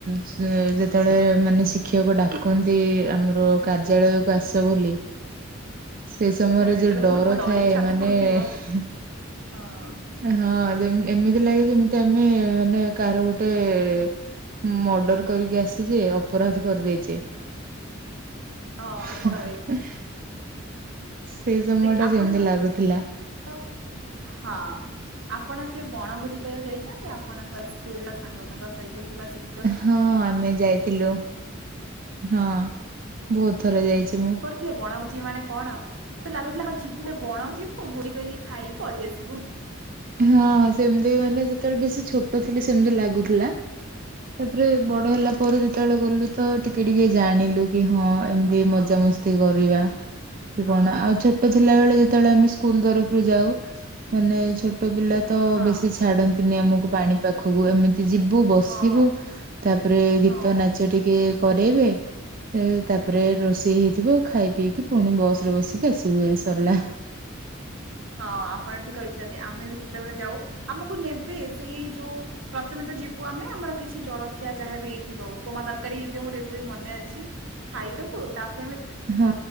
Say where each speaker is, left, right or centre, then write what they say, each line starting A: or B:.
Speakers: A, on the right; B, on the right.
A: ଯେତେବେଳେ ମାନେ ଶିକ୍ଷକ ଡାକନ୍ତି ଆମର କାର୍ଯ୍ୟାଳୟ କୁ ଆସ ବୋଲି ସେ ସମୟରେ
B: ଏତେବେଳେ
A: ଯୋଉ
B: ବହୁତ
A: ଡର
B: ମାନେ ଡରିକି
A: ଥାଏ
B: ଛାତି
A: ମାନେ
B: ଥରୁଥିବ
A: ଏ
B: ହଁ
A: ହଁ ଯେ ଏମିତି ଲାଗେ ଯେମିତି ଆମେ ମାନେ କାହାର ଗୋଟେ ଏ ମର୍ଡର କରିକି ଆସି ଅପ୍ ଅପରାଧ କରିଦେଇଛେ। <inaudible>
B: ହଁ ସତରେ
A: ସେ ସମୟ
B: ଦେଖ
A: ଟା
B: ଆପଣଙ୍କ
A: ସେମିତି ଲାଗୁଥିଲା।
B: <inaudible> ହଁ ଆପଣ କେବେ ବଣଭୋଜି କରିବାକୁ ଯାଇଛନ୍ତି। ଆପଣଙ୍କ ସ୍କୁଲ ର ସାଙ୍ଗମାନଙ୍କ ସହିତ କିମ୍ବା ଶିଖି
A: ହଁ ଆମେ ଯାଇଥିଲୁ ହଁ ବହୁତ ଥର ଯାଇଛି ମୁଁ।
B: ବଣ ଭୋଜି ମାନେ କଣ ମତେ ଲାଗୁଥିଲା ଆମେ ଯିବୁ ଏ ବଣ କୁ ଯିବୁ ଭୋଜି କରିକି ଖାଇକି ଅଳିେଇ ଆସିବୁ।
A: ହଁ ସେମତି ମାନେ ଯେତେବେଳେ ବେଶୀ ଛୋଟ ଥିଲି ସେମିତି ଲାଗୁଥିଲା। ତାପରେ ବଡ ହେଲା ପରେ ଯେତେବେଳେ ଗଲୁ ତ ଟିକେ ଟିକେ ଜାଣିଲୁ କି ହଁ ଏମ ତି ମଜା
B: ହଁ।
A: ମସ୍ତି କରିବା କି
B: ହଁ
A: କଣ ଆଉ ଛୋ ଟ ଥିଲାବେଳେ ଯେତେବେଳେ ଆମେ ସ୍କୁଲ ତରଫରୁ ଯାଉ ମାନେ ଛୋଟ ପିଲା ତ
B: ହଁ
A: ବେଶୀ ଛାଡନ୍ତି ନି ଆମକୁ ପାଣି ପାଖକୁ ଏମି ତି ଯିବୁ ବସିବୁ
B: ହଁ
A: ତାପରେ
B: ହଁ।
A: ଗୀତ ନାଚ ଟିକେ କରରୋଇବେ। ଏ ତାପରେ ରୋଷେଇ ହେଇଥିବ ଖାଇ ପିଇକି ପୁଣି ବସ ରେ ବସିକି ଆସିବୁ ଏରି ସରିଲା।
B: ହଁ ଆପଣ ଠିକ୍ କହିଛନ୍ତି ଆମେ ବି ସେତେବେଳେ ଯାଉ ଆମକୁ ନେବେ ସେଇ ଯୋଉ ପ୍ରଥମେ ତ ଯିବୁ ଆମେ ଆମର କିଛି ଜଳଖିଆ ଯାହା ବି ହେଇଥିବ ଉପମା ତରକାରୀ ହେଇଥିବ ମୋର ଏବେ ବି ମନେ ଅଛି। ଖାଇଦବୁ ତାପ
A: ହଁ